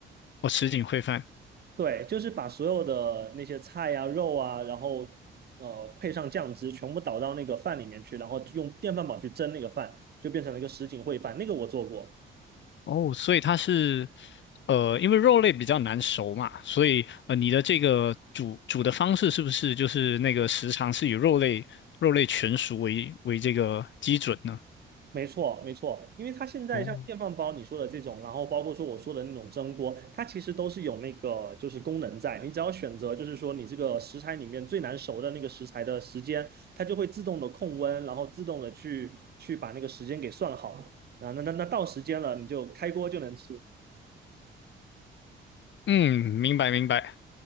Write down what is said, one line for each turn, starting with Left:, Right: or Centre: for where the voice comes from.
Left: 哦，什锦烩饭。
Right: 对，就是把所有的那些菜啊、肉啊，然后呃配上酱汁，全部倒到那个饭里面去，然后用电饭煲去蒸那个饭，就变成了一个什锦烩饭，那个我做过。
Left: 哦，所以它是，呃，因为肉类比较难熟嘛，所以呃，你的这个煮煮的方式是不是就是那个时长是以肉类肉类全熟为为这个基准呢？
Right: 没错，没错，因为它现在像电饭煲你说的这种，
Left: 哦，
Right: 然后包括说我说的那种蒸锅，它其实都是有那个就是功能在，你只要选择就是说你这个食材里面最难熟的那个食材的时间，它就会自动的控温，然后自动的去去把那个时间给算好啊，那那那到时间了你就开锅就能吃，
Left: 嗯，明白明白。